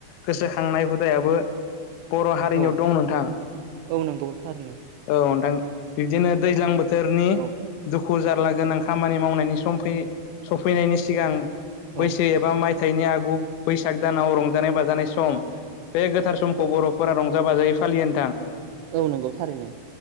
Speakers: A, on the left; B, on the right.
A: गोसोखांनाय हुदायाबो बर' हारिनियाव
B: औ
A: दं नोंथां
B: औ औ नंगौ थारनो
A: औ नोंथां। बिबदिनो दैज्लां बोथोरनि
B: औ
A: दुखु जारला गोनां खामानि मावनायनि सम सफैनायनि सिगां
B: औ
A: बैसो एबा माइ थैनि आगु बैसाग दानाव रंजानाय बाजानाय सम बे गोथार समखौ बर'फोरा रंजा बाजायै फालियो नोंथां।
B: औ नंगौ थारैनो।